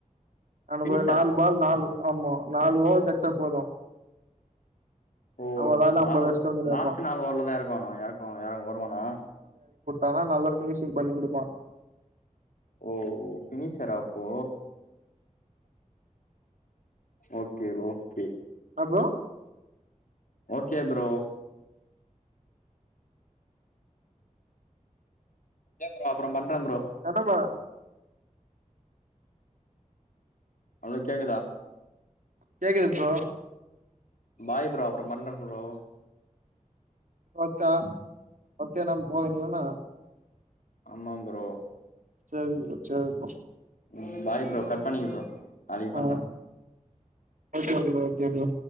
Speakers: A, on the right; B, on the left.
A: அவனுக்
B: பினிஷரா
A: ஒரு நால் பால் நாலு ஆமா நாலு ஓவர்கெச்சா போது
B: ஓ
A: அவ வேல
B: நாலு
A: ஐம்பது அடிச்சிட்டு வந்து நிப்பா
B: லாஸ்ட் நால்ஓவர்லதா எறக்குவாங்க எறக்குவா வருவானா
A: ஆனா நல்ல ஃபினிஷிங் பண்ணிகுடுப்பா
B: ஓ ஃபினிஷரா அப்போ ஓக்கே ஓக்கே
A: அப்றோ
B: ஓகே ப்ரோ ஓகே ப்ரோ அப்புறோ பண்ற ப்ரோ
A: என்னமா
B: ஹலோ கேக்குதா
A: கேக்குது ப்ரோ
B: பாய் ப்ரோ அப்புறம் பன்ற ப்ரோ
A: ஒகே ஒகேனா <unintelligible>
B: ஆமா ப்ரோ
A: சேரி ப்ரோ சேரி ப்ரோ
B: ம் பாய் ப்ரோ கட் பண்ணிக்ற ப்ரோ நாளைக்கு
A: ஆ
B: பண்ற
A: ஓகே ப்ரோ ஓகே ப்ரோ